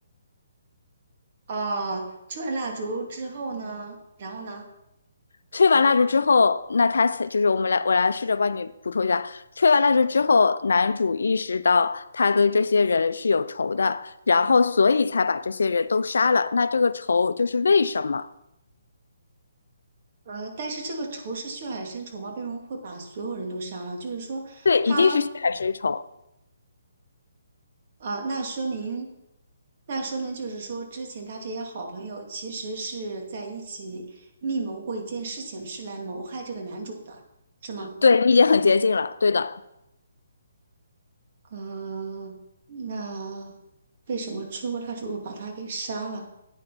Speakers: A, on the right; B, on the left.
A: 哦、吹完蜡烛之后呢，然后呢，
B: 吹完蜡烛之后，那他才就是我们来，我来试着帮你补充一下，吹完蜡烛之后，男主意识到他跟这些人是有仇的，然后所以才把这些人都杀了。那这个仇就是为什么？
A: 呃，但是这个仇是血海深仇吗？为什么会把所有人都杀了？就是说，
B: 对，
A: 他
B: 一定是血海深仇。
A: 呃，那说明，那说明就是说，之前他这些好朋友其实是在一起密谋过一件事情，是来谋害这个男主的，是吗？
B: 对你已经很接近了，对的。
A: 嗯，那为什么吹过蜡烛又把他给杀了